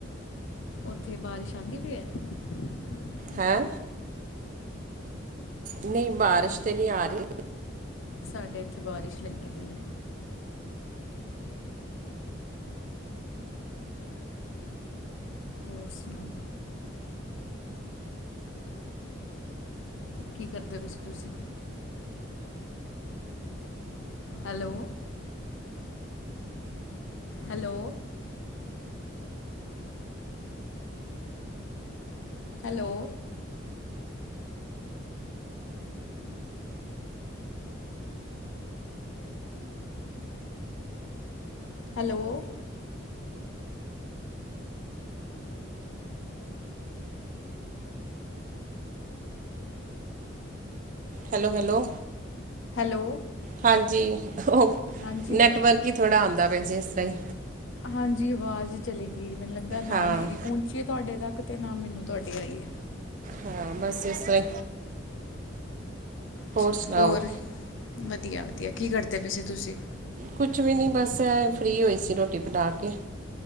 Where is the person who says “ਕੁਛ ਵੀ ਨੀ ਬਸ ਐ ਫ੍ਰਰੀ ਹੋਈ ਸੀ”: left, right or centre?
Right